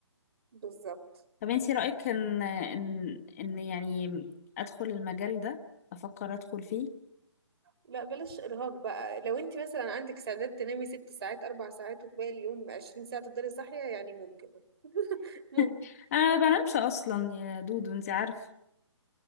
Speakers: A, on the right (about 55°); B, on the left (about 30°).
A: بالظبط
B: طب انتي رأيك إن إن إن يعني أدخل المجال ده أفكر أدخل فيه
A: لا بلاش ارهاق بقى لو انت مثلا عندك استعداد تنامي ست ساعات اربع ساعات وباقي اليوم عشرين ساعة تفضلي صاحية يعني ممكن ممكن
B: <laughs> أنا ما بنامش أصلا يا دودو انتي عارفة